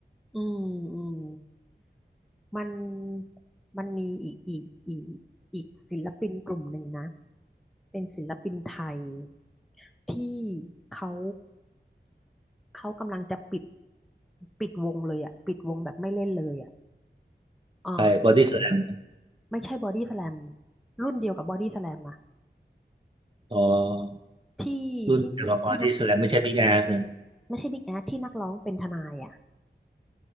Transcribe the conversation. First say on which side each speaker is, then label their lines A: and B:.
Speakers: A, in the centre; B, on the right.
A: อืมอืม มันมันมีอีกอีกอีกอีกศิลปินกลุ่มหนึ่งนะเป็นศิลปินไทยที่เขาเขากำลังจะปิดปิดวงเลยอ่ะปิดวงแบบไม่เล่นเลยอ่ะเออ
B: ไปบอดี้สแลม
A: ไม่ใช่บอดี้สแลมรุ่นเดียวกับบอดี้สแลมอ่ะ
B: อ๋อ
A: ที่ที่ที่ที่นัก
B: รุ่นเกียวกับ b ที่แส a มไม่ใช่บิ๊กแอสนะ
A: ไม่ใช่บิ๊กแอสที่นักร้องเป็นทนายอ่ะ